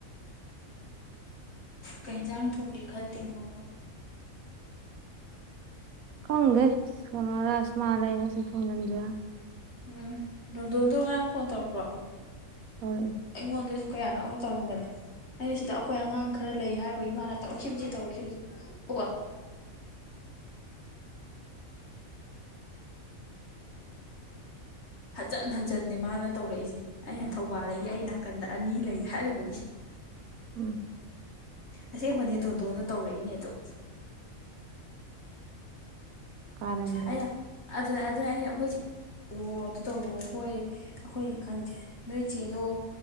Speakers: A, on the left (about 50°); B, on the right (about 85°).
A: ꯀꯩꯖꯥꯡ ꯊꯣꯡꯒꯦ ꯈꯜꯜꯂꯤꯉꯣ
B: ꯈꯪꯒꯦ ꯀ ꯔꯁꯃꯥ ꯂꯩ ꯑꯁꯤ ꯑꯁꯤ ꯐꯣꯡꯒꯟꯖꯦ
A: ꯎꯝ ꯅꯣꯟꯗꯗꯣ ꯉꯔꯥꯡ ꯐꯣꯟ ꯇꯧꯔꯛꯄ꯭ꯔꯣ
B: ꯇꯧꯔꯛꯑꯦ
A: ꯑꯩꯉꯣꯟꯗꯁꯨ ꯀꯌꯥꯅꯛ ꯇꯧꯔꯝꯕꯅꯦ ꯑꯩꯅ ꯁꯤꯗ ꯑꯩꯈꯣꯏ ꯑꯉꯥꯡ ꯈꯔ ꯂꯩ ꯍꯥꯏꯕꯒꯤ ꯃꯥꯅ ꯇꯧꯔꯛꯈꯤꯕꯁꯤ ꯇꯧꯔꯛꯈꯤꯕꯁꯤ ꯍ <inaudible> ꯍꯟꯖꯟ ꯍꯟꯖꯟꯟꯅꯦ ꯃꯥꯅ ꯇꯧꯔꯛꯏꯁꯦ ꯑꯩꯅ ꯊꯧꯕꯥꯜꯗꯒꯤ ꯑꯩ ꯅꯥꯀꯟꯗ ꯑꯅꯤ ꯂꯩ ꯍꯥꯏꯔꯨꯕꯒꯤ
B: ꯎꯝ
A: ꯑꯁꯦꯡꯕꯅꯦ ꯗꯣꯟꯗꯣꯟꯗ ꯇꯧꯔꯛꯏꯅꯦ ꯑꯗꯣ
B: ꯀꯔꯗꯤꯦ
A: ꯑꯩꯅ ꯑꯗꯨ ꯑꯗꯨꯅ ꯑꯩꯅ ꯑꯩꯈꯣꯏꯁꯦ ꯑꯗꯨ ꯇꯧꯔꯑꯣ ꯍꯣꯏ ꯑꯩꯈꯣꯏ ꯈꯪꯗꯦ ꯅꯣꯏ ꯆꯦꯗꯣ